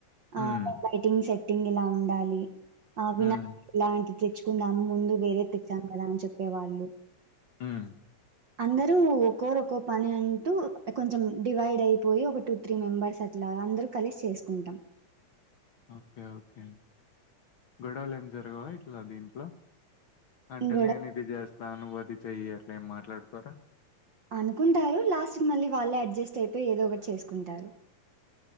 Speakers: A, on the left; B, on the right.
A: హ్మ్.
B: ఆ బైటింగ్ చెట్ పటింగ్ ఇలా ఉండాలి ఆ వినా
A: హ్మ్.
B: వండి తెచ్చుకుందాము ముందు వేరే తెచ్చాం కదా అని చెప్పేవాళ్ళు
A: హ్మ్.
B: అందరుూ ఒక్కోరు ఒక్కో పని అంటూ కొంచెం డివైడ్ అయిపోయి ఒక టూ త్రీ మెంబర్స్ అట్లా అందరు కలిసి చేసుకుంటాం
A: ఓకే ఓకే గొడవలు ఏం జరగవా ఇట్లా దీంట్లో అంటే
B: గొడవ
A: నేను ఇది చేస్తా నువ్వ అది చెయ్యి ఏం మాట్లాడుకోరా
B: అనుకుంటారు లాస్ట్ కి మళ్ళీ వాళ్ళే అడ్జస్ట్ అయిపోయ్ ఏదో ఒకటి చేసుకుంటారు